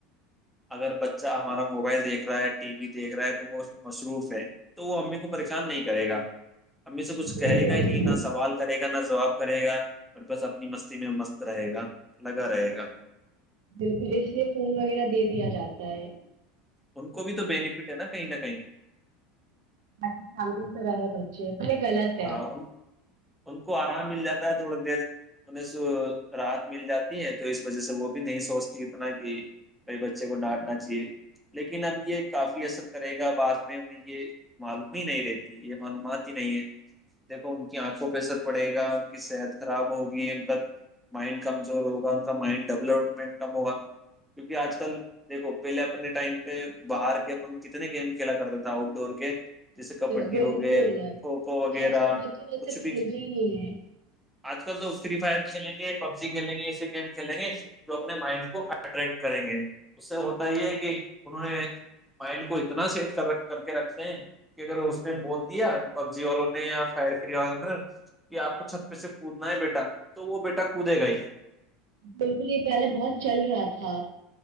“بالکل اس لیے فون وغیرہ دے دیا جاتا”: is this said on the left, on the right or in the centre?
Right